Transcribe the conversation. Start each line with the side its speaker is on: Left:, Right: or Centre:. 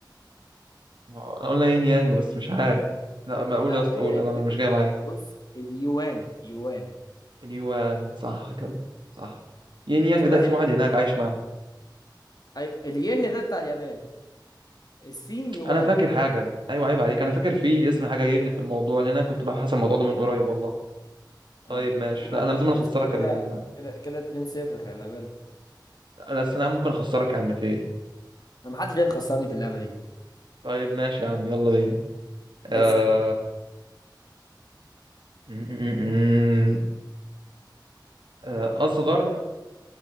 Right: انا قلنا يين يانج بس مش عارف لا ما اقول
Left: لا
Right: يا اسطى
Left: هي
Right: قول انا
Left: اليو...
Right: مش جاي معايا
Left: بص اليوان يوان
Right: اليوان صح كده صح يين يانج
Left: شبه
Right: ده اسم
Left: ال...
Right: واحد هناك عايش معاهم
Left: أي- الين ده بتاع اليابان السين يوان
Right: انا فاكر حاجه ايوه عيب عليك انا فاكر في اسم حاجه ين في الموضوع لان انا كنت ببحث عن الموضوع ده من قريب والله
Left: اه
Right: طيب
Left: طب
Right: ماشي
Left: دورك
Right: لا انا
Left: بقى
Right: لازم
Left: تسأل
Right: اخسرك
Left: كده
Right: ال...
Left: كده كده 2 0 خلي بالك
Right: لا أصل انا ممكن اخسرك يا عم فين
Left: انا محدش جاي يخسرني في اللعبة دي
Right: طيب ماشي يا عم يلا بينا آه...
Left: اسأل
Right: م- م- م- آه، اصغر